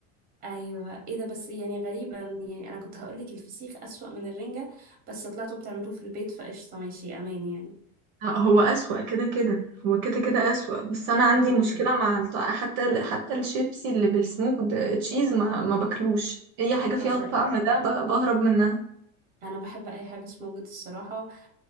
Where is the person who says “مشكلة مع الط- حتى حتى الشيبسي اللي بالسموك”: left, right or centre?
Right